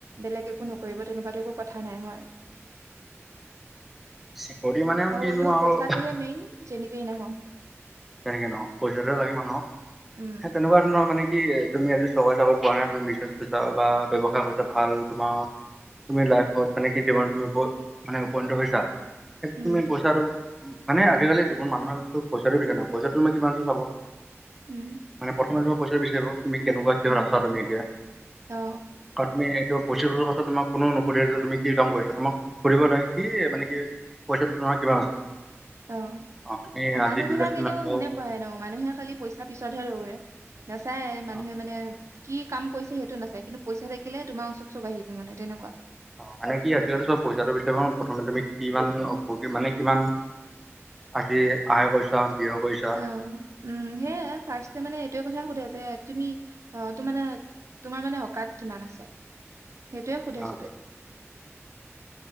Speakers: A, on the right; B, in the centre.
A: বেলেগ একো নকৰিব তেনেকুৱাাত একো কথা নাই হয়
B: চিকৰটি মানে আৰু কিনো
A: এনেও
B: আৰু,
A: পইচাটোহে মেইন যেনেকেই নহওক,
B: তেনেকে নহওক পইচাটোহে লাগে মানুহক,
A: উম
B: হেই তেনেকুৱা ধৰণৰ মানে, কি তুমি আজি চৰকাৰী চাকৰি পোৱা নাই, তুমি বিজনেছ কৰিছা বা ব্যৱসায় কৰিছা, ভাল তোমাৰ- তুমি লাইফত মানে কি জীৱনত তুমি মানে উপ উপনীত হৈছা। সেই
A: উম
B: তুমি পইছাটো মানে আজিকালি জীৱন মানুহৰ পইচাটোৰ পিছে ন পইচাটোনু কিমান আছে চাব
A: উম
B: মানে প্ৰথমেতো পইচাটো বিচাৰিব তুমি কেনেকুৱা কিহত
A: উম
B: আছা তুমি এতিয়া,
A: অ
B: আৰু তুমি এইটো, পঁচিছ বছৰ পাছত তোমাক কোনো নুসুধে যে, তুমি কি কাম কৰিছাঁ, তোমাক সুধিব দাইক কি মানে কি পইচাটো তোমাৰ কিমান আছে?
A: অ ',
B: অ তুমি আজি
A: মানুহ
B: দুই
A: বিলাক
B: লাখ তিনি
A: এনেও
B: লাখ পাও
A: সেনেকুৱাই ন মানুহে খালি পইচা পিছতহে দৌৰে। নেচায়ে মানুহে
B: অ
A: মানে কি কাম কৰিছে সেইটো নেচাই, কিন্তু পইচা থাকিলে তোমাৰ ওচৰত চব আহিব মানে তেনেকুৱা।
B: অ, মানে কি' আজিকালি চব পইচাটো বিচাৰিব ন প্ৰথমে তুমি কিমান মানে কিমান আহিল আয় কৰিছা ব্যয় কৰিছা
A: অ', উম সেয়াই ফাৰ্ষ্টে মানে এইটো কথা সোধে যে, তুমি আহ ত মানে তোমাৰ মানে অকাত কিমান আছে সেইটোৱে শুধে
B: অ
A: চবে,